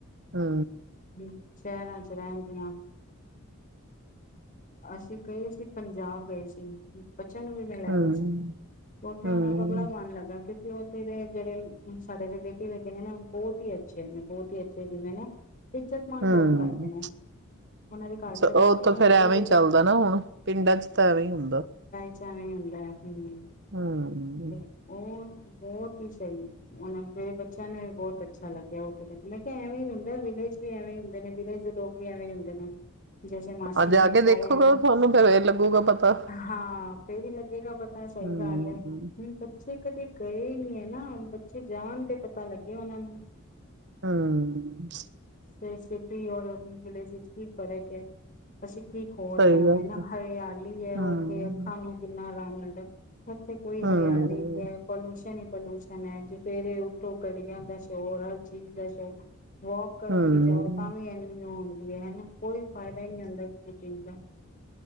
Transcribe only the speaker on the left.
ਹੂੰ, ਸ਼ਹਿਰਾਂ ਚ ਰਹਿਣ ਦੀਆਂ। ਅਸੀਂ ਗਏ ਸੀ, ਪੰਜਾਬ ਗਏ ਸੀ। ਬੱਚਿਆਂ ਨੂੰ ਵੀ ਮੈਂ ਲੈ
ਗਈ ਸੀ। ਉੱਥੇ
ਉਹਨਾਂ ਦਾ ਬੜਾ ਮਨ ਲੱਗਾ ਕਿ ਤੇ ਉਥੇ ਦੇ ਜਿਹੜੇ ਸਾਡੇ ਰਿਲੇਟਿਵ ਹੈਗੇ ਨੇ ਨਾ, ਬਹੁਤ ਹੀ ਅੱਛੇ ਨੇ, ਬਹੁਤ ਹੀ ਅੱਛੇ ਜਿਵੇਂ ਨਾ ਇੱਜ਼ਤ-ਮਾਨ
ਬਹੁਤ ਕਰਦੇ ਨੇ, ਉਹਨਾਂ ਦੇ ਘਰ ਚਲੇ
ਜਾਓ ਨਾ
ਬਹੁਤ
ਇੱਜਤ
ਚ ਐਵੇਂ ਈ ਹੁੰਦਾ। ਹੂੰ।
ਹ ਉਹ ਬਹੁਤ ਈ ਸਈ। ਉਹਨਾਂ ਮੇਰੇ ਬੱਚਿਆਂ ਨੇ ਵੀ ਬਹੁਤ ਅੱਛਾ ਲੱਗਿਆ ਉੱਥੇ ਜਾ ਕੇ। ਮੈਂ ਕਿਆ ਐਵੇਂ ਈ ਹੁੰਦਾ, ਵਿਲੇਜ ਵੀ ਐਵੇਂ ਈ ਹੁੰਦੇ ਨੇ, ਵਿਲੇਜ ਦੇ ਲੋਕ ਵੀ ਐਵੇਂ ਈ ਹੁੰਦੇ ਨੇ। ਜੈਸੇ ਮਾਸ
ਏ
ਸਾਰੇ
ਆ ਨਾ।
ਹਾਂ ਫੇਰ ਵੀ ਲੱਗੇਗਾ ਪਤਾ, ਸਈ
ਗੱਲ ਐ, ਹੁਣ ਬੱਚੇ ਕਦੇ ਗਏ ਨੀ ਏ ਨਾ। ਬੱਚੇ ਜਾਣ ਤੇ ਪਤਾ ਲੱਗਿਆ ਉਹਨਾਂ ਨੂੰ।
ਤੇ ਸਿਟੀ ਔਰ ਵਿਲੇਜ ਵਿੱਚ ਕੀ ਫ਼ਰਕ ਐ। ਅਸੀਂ ਕੀ ਖੋ
ਰਿਆਂ
ਹਨਾ,
ਹਰਿਆਲੀ ਹੈ
ਉੱਥੇ, ਅੱਖਾਂ ਨੂੰ ਕਿੰਨਾ ਆਰਾਮ ਮਿਲ <unintelligible> ਇੱਥੇ ਕੋਈ ਹਰਿਆਲੀ
ਨੈ, ਪੋਲਊਸ਼ਨ ਐ ਪੋਲਿਊਸ਼ਨ ਐ, ਜਫੇਰੇ ਉੱਠੋ, ਕੜੀਆਂ ਦਾ ਸ਼ੋਰ, ਹਰ ਚੀਜ਼ ਦਾ ਸ਼ੋਰ। ਵੌਕ ਕਰਨ
ਲੀ ਜਾਓ, ਤਾਂ ਈ ਐਵੇਂ ਈ ਹੋ ਵੀ ਹਨਾ, ਕੋਈ ਫਾਇਦਾ ਈ ਨੀ ਹੁੰਦਾ ਚੋ ਚਿੰਤਾ